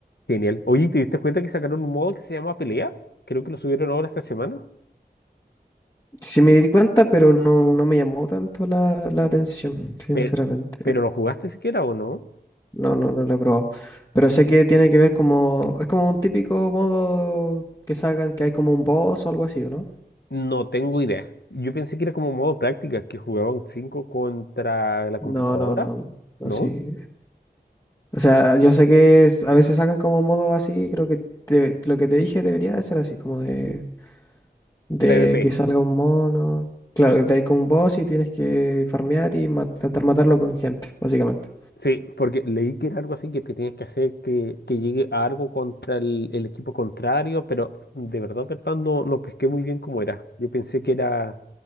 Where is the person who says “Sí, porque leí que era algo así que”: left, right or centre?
Left